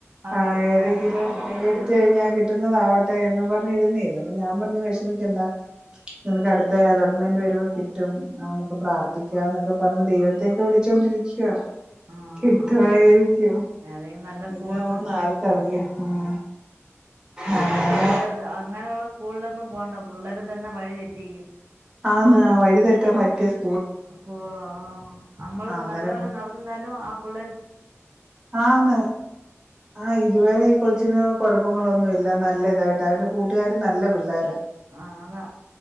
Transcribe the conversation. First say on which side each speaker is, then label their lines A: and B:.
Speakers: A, on the right; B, on the right.
A: അത്
B: ആഹ് ഏതെങ്കിലും
A: ആ ആ
B: എടുത്ത് കഴിഞ്ഞാൽ കിട്ടുന്നതാവട്ടെ എന്നും പറ ഞിരുന്നേന്നു. അപ്പം ഞാൻ പറഞ്ഞ് വെഷമിക്കണ്ട. നിനക്ക് അട്ത്ത അലോട്ട്മെൻ്റ് വരു <unintelligible> കിട്ടും നമുക്ക് പ്രാർത്ഥിക്യാ എന്നൊക്കെ പറ ഞ്ഞു ദൈവത്തെ ഒക്കെ വിളിച്ചൊണ്ടിരിക്കുവാ.
A: ആഹ്
B: കിട്ടുവായിരിക്കും
A: ഏതെങ്കിലും നല്ല
B: എന്താവൂന്ന്
A: സ്കൂള് കിട്ടും
B: ആർക്കറിയാം. ഉം
A: അല്ലാ
B: അങ്ങനെ
A: ഇങ്ങനത്തെ അങ്ങനെയുള്ള സ്കൂളിലൊന്നും പോണ്ട. പിള്ളേരെ തന്നെ വഴി തെറ്റിക്കും.
B: ആന്ന്. വഴി തെറ്റാൻ പറ്റിയ സ്
A: സ്കൂളോ ആ നമ്മള്
B: അന്നേരം
A: നല്ല പോലെ നടന്നന്നാലും ആ പിള്ളേർ
B: ആന്ന് ആ ഇതുവരെ ഈ കൊച്ചിന് കൊഴപ്പങ്ങളൊന്നു ഇല്ല. നല്ല തായിട്ടാ. അവന്റെ കൂട്ടുകാരും നല്ല പിള്ളേരാ
A: ആ അതാ